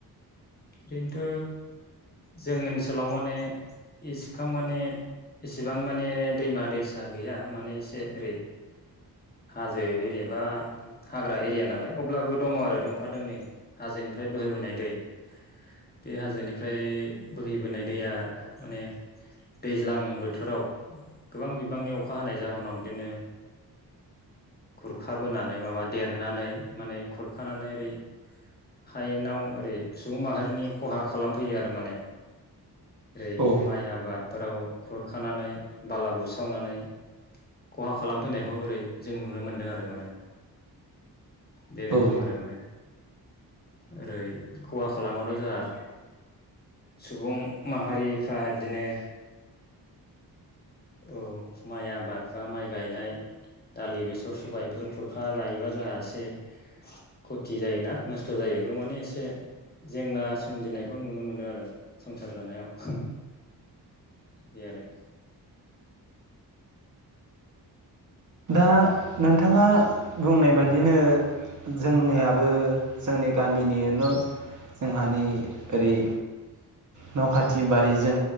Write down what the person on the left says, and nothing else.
ओरैनोथ' जों ओनस सोलाव माने एस बिखां माने इसेबां माने दैमा दैसा गैया माने एसे ओरै हाजो एरिया बा हाग्रा एरिया नालाय अब्लाबो दङ आरो दंफा दोंनै हाजोनिफ्राय बोहोबोनाय दै बे हाजोनिफ्राय बोहैबोनाय दैया माने दैज्लां बोथोराव गोबां बिबांनि अखा हानाय जाहोनाव बिदिनो खुरखाबोनानै माबा देरनानै माने खुरखानानै ओरै हायेनाव ओरै सुबुं माहारिनि खहा खालामफैयो आरो माने ओरै
माइ आबादफोराव खुरखानानै बाला बुसो सावनानै खहा खालामफैनायखौ ओरै जों नुनो मोन्दों आरो माने बे रोखोम
आरो माने ओरै खहा खालामाथ जोंहा सुबुं माहारिफ्रा बिदिनो औ माइ आबाद बा माइ गायनाय दालि बेसर सबायफोर खुरखा जायोबा जोंहा एसे खथि जायोना नस्थ जायो बेयाव माने एसे जेंना सोमजिनायखौ नुनो मोनो आरो संसार जानायाव बे आरो
औ